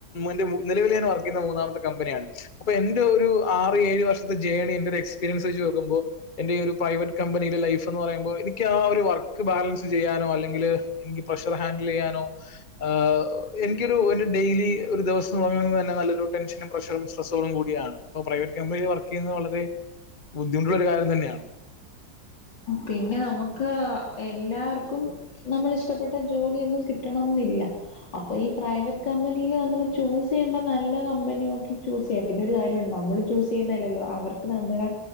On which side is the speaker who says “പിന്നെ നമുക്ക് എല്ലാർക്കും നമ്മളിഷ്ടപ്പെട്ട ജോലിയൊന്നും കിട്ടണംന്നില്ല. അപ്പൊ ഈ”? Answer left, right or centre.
Left